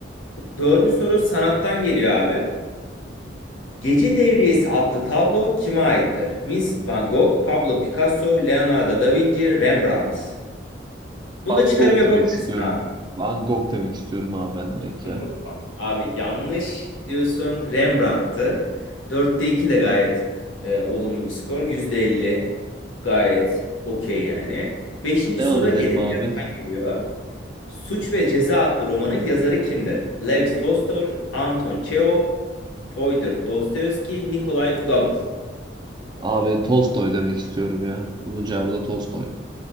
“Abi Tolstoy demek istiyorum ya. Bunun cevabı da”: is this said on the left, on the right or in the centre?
Right